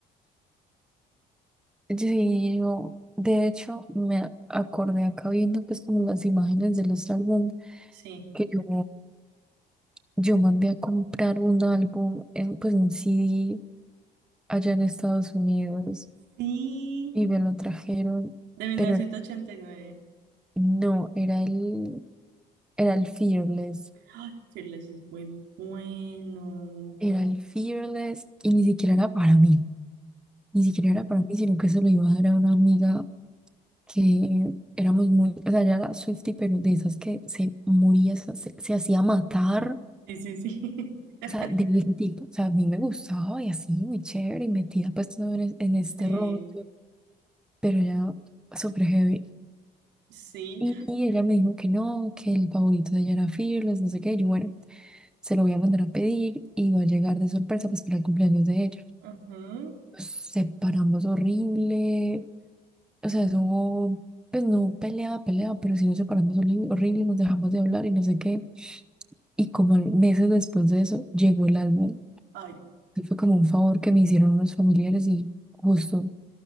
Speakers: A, in the centre; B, on the right (about 85°).
A: Sí, yo, de hecho, me acordé acá viendo pues como las imágenes de los álbumes
B: sí.
A: que yo Yo mandé a comprar un álbum, eh, pues un CD allá en Estados Unidos
B: Sí,
A: y me lo trajeron,
B: de mil
A: pero
B: novecientos
A: era-
B: ochenta y nueve
A: no, era el, era el Fearless,
B: Ay, Fearless es muy bueno.
A: era el Fearless y ni siquiera era para mí, ni siquiera era para mí, sino que se lo iba a dar a una amiga que éramos muy, o sea, ella era Swiftie, pero de esas que se moría, se, se se hacía matar.
B: Sí, sí, sí. <laughs>
A: O sea, de ese tipo, o sea, a mí me gustaba y así, muy chévere, y metida pues todo en, en este
B: Sí,
A: rollo. pero ella súper heavy.
B: sí,
A: Y ella me dijo que no, que el favorito de ella era Fearless, no sé qué. y Yo, bueno, se lo voy a mandar a pedir y va a llegar de sorpresa pues para el cumpleaños de ella.
B: ujú.
A: Nos separamos horrible, o sea, eso hubo, pues no pelea pelea pero sí nos separamos horri- horrible, nos dejamos de hablar y no sé qué. Y como al- meses después de eso, llegó el álbum.
B: Ay,
A: Y Fue como un favor que me hicieron unos familiares y justo